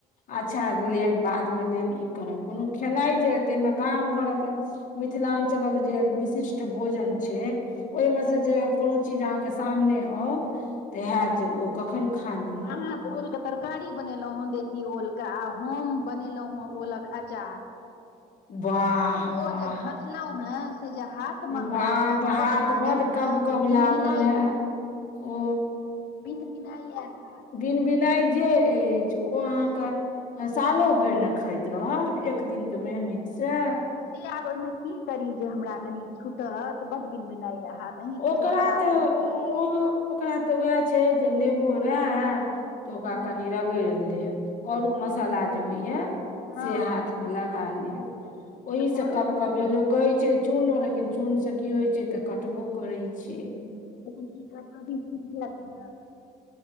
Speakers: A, on the left; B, on the left.
A: अच्छा लेब
B: हँ
A: बादमे लेब ई करब कोनो खेनाइ जे ताहिमे गाम घरक मिथिलांचलक जे विशिष्ट भोजन छै, ओहिमे से जे कोनो चीज अहाँके सामने आउत। तेँ हेत जे ओ कखन खा ली।
B: अ तऽ ओल कऽ तरकारी बनेलहुँ हेँ देशी ओल कऽ आ होम बनेलहुँ हेँ ओलक अचार। <inaudible>
A: वाह
B: आ ओ
A: वाह
B: जे घसलहु हेँ से जे हाथ मे हमरा
A: वाह
B: कब-कब
A: भात
B: लागल
A: बड
B: हे।
A: कब
B: हँ
A: कब
B: जे बिन-बिना
A: लागल हैत
B: यऽ
A: ओ
B: बिन-बिना यऽ हाथ।
A: बिन-बिनाय जे अछि ओ अहाँके।
B: हँ
A: सालो भरि नऽ खाइत रहब एक दिनक के मेहनत से।
B: हँ से आब ओहिमे की करी जे हमरा कनि छुटत, बड बिन बना यऽ हाथ। अहीं किछु
A: ओकरा
B: उपचार
A: तऽ
B: करू
A: ओ। ओ ओकरा तऽ वएह छै जे नेबो रहे तऽ ओकरा
B: हँ
A: कनि रगरु रगेर लेब, करू मसाला जे होइया
B: हँ
A: से हाथ मे लगा लेब।
B: अच्छा
A: ओहि
B: करू
A: से कब
B: मसल्ला
A: कभी लोक कहै छै चून लेकिन चून से की होइ छै तऽ कटबो। करै छै
B: लेकिन ई कभ-कभी छुट जेत ना।